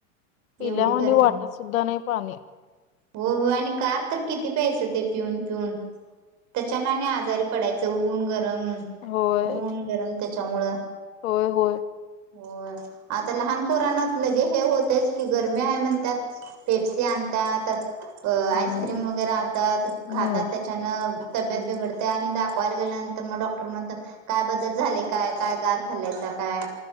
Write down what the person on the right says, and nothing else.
एवढी
गरमी
हो हो आणि कार तर किती पैसे ते पिऊन पिऊन त्याच्याना आणि आजारी पडायचं ऊन गरम
ऊन गरम त्याच्यामुळं
हो आता लहानपराणात लगे हे होतच की गरमी आहे म्हण त्यात पेप्से आणतात आईस्क्रीम
वगैरे आणतात
खातात त्या छान तब्येत बिघडते आणि दाखवायला गेल्यानंतर मग डॉक्टर म्हणत. काय बदल झाले काय काय गार खाल्लायचा काय?